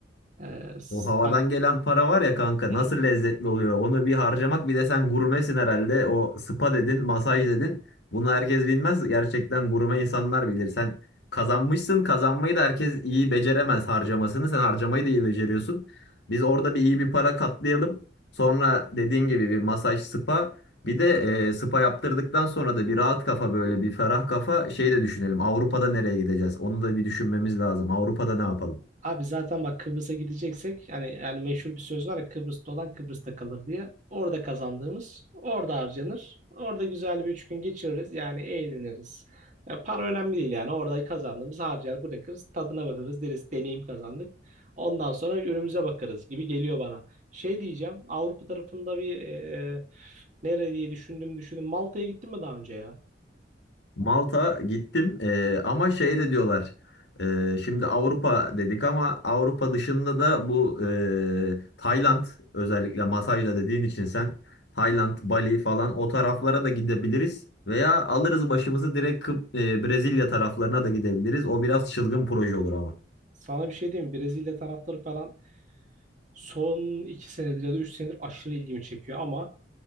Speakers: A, on the right (about 45°); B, on the left (about 75°).
A: E, sen
B: O havadan gelen para var ya kanka
A: Hı
B: nasıl
A: hı.
B: lezzetli oluyor. Onu bir harcamak bir de sen gurmesin herhalde. O spa dedin, masaj dedin. Bunu herkes bilmez. Gerçekten gurme insanlar bilir. Sen kazanmışsın. Kazanmayı da herkes iyi beceremez harcamasını. Sen harcamayı da iyi beceriyorsun. Biz orada bir iyi bir para katlayalım. Sonra dediğin gibi bir masaj, spa. Bir de e, spa yaptırdıktan sonra da bir rahat kafa böyle bir ferah kafa şey de düşünelim. Avrupa'da nereye gideceğiz? Onu da bir düşünmemiz lazım. Avrupa'da ne yapalım?
A: Abi zaten bak Kıbrıs'a gideceksek yani yani meşhur bir söz var ya Kıbrıs'ta olan Kıbrıs'ta kalır diye. Orada kazandığımız orada harcanır. Orada güzel bir üç gün geçiririz. Yani eğleniriz. Ya para önemli değil yani. Orada kazandığımız harcar bırakırız. Tadına bakarız deriz deneyim kazandık. Ondan sonra önümüze bakarız gibi geliyor bana. Şey diyeceğim Avrupa tarafında bir e, nere diye düşündüm düşündüm. Malta'ya gittin mi daha önce ya?
B: Malta gittim Ee, ama şey de diyorlar Ee, şimdi Avrupa dedik ama Avrupa dışında da bu e, Tayland özellikle masajla dediğin için sen Tayland, Bali falan o taraflara da gidebiliriz veya alırız başımızı direkt Kıbrıs- e, Brezilya taraflarına da gidebiliriz. O biraz çılgın proje olur ama.
A: Sana bir şey diyeyim mi? Brezilya tarafları falan son iki senedir ya da üç senedir aşırı ilgimi çekiyor ama